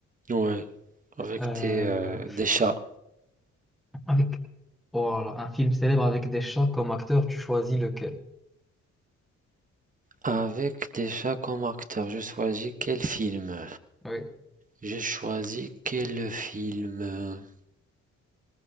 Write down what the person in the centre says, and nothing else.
Euh,
Avec... Voilà, un film célèbre avec des chats comme acteurs, tu choisis lequel?
Oui.